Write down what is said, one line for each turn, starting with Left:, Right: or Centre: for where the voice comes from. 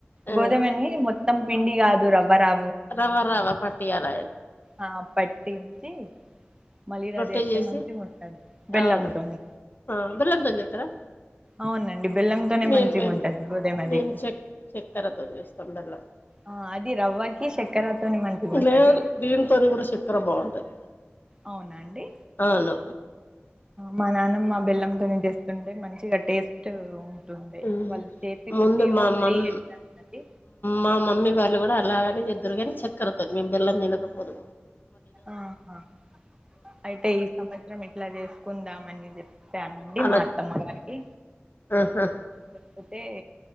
Left: ఆ
Right: గోధుమని మొత్తం పిండి కాదు రవ్వరా
Left: రవ్వ రవ్వ పట్టియాల
Right: ఆ పట్టించి మలిదా
Left: రొట్టె
Right: చేస్తే
Left: చేసి
Right: మంచిగా ఉంటది బెల్లంతోని
Left: అవును అ బెల్లం తోనే చేత్తరా
Right: అవునండి బెల్లంతోనే
Left: మేము
Right: మంచిగా
Left: మేం
Right: ఉంటది గోధుమది
Left: మేం చెక్ చెక్కరతోని చేస్తాం బెల్లం
Right: ఆ అది రవ్వకి చక్కెరతోని మంచిగా ఉంటది
Left: లే దీనితోని కూడా చక్కెర బావుంటాది.
Right: అవునా అండి
Left: అవును
Right: మా నానమ్మ బెల్లం తోని తెస్తుంటే మంచిగా టేస్ట్ ఉంటుండే
Left: ఉ
Right: వాళ్ళు చేతి రుచియో
Left: ముందు మా
Right: మరి
Left: మమ్
Right: ఎట్లా అది
Left: మా మమ్మీ వాళ్ళు కూడా అలా అట్లనే చేద్దురు కాని చక్కెరతో మేం బెల్లం తినకపోదు.
Right: ఆహా అయితే ఈ సంవత్సరం ఇట్లా చేసుకుందామని చెప్ప చెప్పానండి
Left: అలా
Right: మా అత్తమ్మ గారికి
Left: ఆహా
Right: లేకపోతే